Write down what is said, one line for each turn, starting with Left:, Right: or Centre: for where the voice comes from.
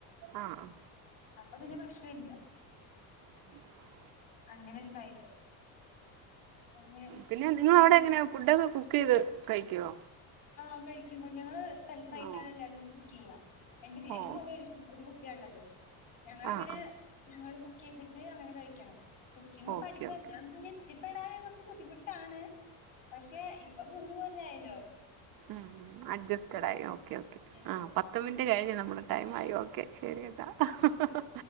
Right: ആഹ് ആഹ്
Left: അപ്പൊ പിന്നെ പ്രശ്നം ല്ല്യ
Right: ഉം <unintelligible>
Left: അങ്ങനൊക്കെ ആയിട്ട് അങ്ങനെ
Right: പിന്നെ
Left: അപ്പൊ
Right: നിങ്ങളെ
Left: ശരി
Right: അവിടെ എങ്ങനെ ഫുഡൊക്കെ കുക്ക് ചെയ്ത് കഴിക്കോ?
Left: ആഹ കഴിക്കും ഞങ്ങള് സെൽഫ് ആയിട്ടാണ്
Right: ഓഹ്
Left: എല്ലാരും കുക്ക് ചെയ്യാ എന്റെ എന്റെ
Right: ഓഹ്
Left: റൂമില് ഒരു കുട്ടിയാള്ളത് ഞങ്ങളങ്ങനെ
Right: ആഹ് ആഹ്
Left: ഞങ്ങള് കുക്ക് ചെയ്തിട്ട് അങ്ങനെ കഴിക്കണം കുക്കിങ്ങും
Right: ഓക്കെ
Left: പഠിപ്പും
Right: ഓക്കെ
Left: എല്ലാം കൂടി എത്തിപ്പെടാൻ കുറച്ച് ബുദ്ധിമുട്ടാണ് പക്ഷെ ഇപ്പം <unintelligible>
Right: ഹ ആ അഡ്ജസ്റ്റ്ട് ആയി ഓക്കെ ഓക്കെ
Left: അതെ
Right: ആ
Left: അങ്ങനെ.
Right: പത്ത് മിനിറ്റ് കഴിഞ്ഞു നമ്മുടെ ടൈ ആയി ഓക്കെ ശരിയട്ടൊ ഹ ഹ ഹ